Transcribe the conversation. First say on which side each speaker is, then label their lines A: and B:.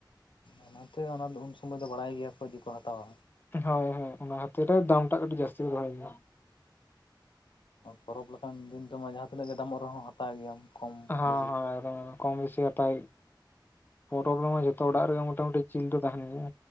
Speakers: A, on the left; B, on the left.
A: ᱚᱱᱟᱛᱮ ᱚᱱᱟ ᱫᱚ ᱩᱱ ᱥᱩᱢᱚᱭ ᱫᱚ ᱵᱟᱲᱟᱭ ᱜᱮᱭᱟ ᱠᱚ ᱡᱮᱠᱚ ᱦᱟᱛᱟᱣᱟ
B: ᱦᱳᱭ ᱦᱳᱭ ᱚᱱᱟ ᱠᱷᱟᱹᱛᱤᱨ ᱨᱮ ᱫᱟᱢᱴᱟᱜ ᱠᱟᱹᱴᱤᱡ ᱡᱟᱹᱥᱛᱤ ᱫᱚᱦᱚᱭ ᱜᱮᱭᱟ
A: ᱯᱚᱨᱚᱵᱽ ᱞᱮᱠᱟᱱ ᱫᱤᱱ ᱨᱮᱢᱟ ᱡᱟᱦᱟᱸ ᱛᱤᱱᱟᱹᱜ ᱜᱮ ᱫᱟᱢᱚᱜ ᱨᱮᱦᱚᱸ ᱦᱟᱛᱟᱣ ᱜᱮᱭᱟᱢ ᱠᱚᱢ
B: ᱦᱟᱸ
A: ᱵᱮᱥᱤ
B: ᱦᱟᱸ ᱮᱠᱫᱚᱢ ᱠᱚᱢ ᱵᱮᱥᱤ ᱦᱟᱛᱟᱣ ᱦᱚᱭᱚᱜ ᱜᱮᱭᱟ ᱚᱲᱟᱜ ᱨᱮᱜᱮ ᱢᱚᱴᱟ ᱢᱩᱴᱤ ᱡᱤᱞ ᱫᱚ ᱛᱟᱦᱮᱱ ᱜᱮᱭᱟ